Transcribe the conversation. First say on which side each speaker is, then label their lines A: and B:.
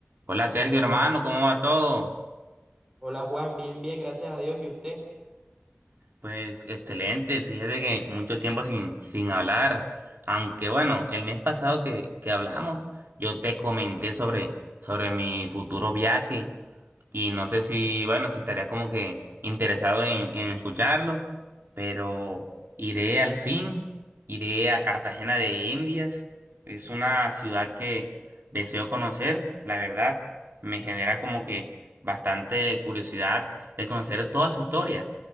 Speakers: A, on the right; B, on the right.
A: Hola Sergio, hermano, ¿cómo va todo?
B: Hola Juan, bien, bien, gracias a Dios. ¿Y usted?
A: Pues excelente, fíjate que mucho tiempo sin, sin hablar, aunque bueno, el mes pasado que, que hablamos, yo te comenté sobre, sobre mi futuro viaje y no sé si, bueno, si estaría como que interesado en, en escucharlo, pero iré al fin, iré a Cartagena de Indias, es una ciudad que deseo conocer, la verdad, me genera como que bastante curiosidad el conocer toda su historia,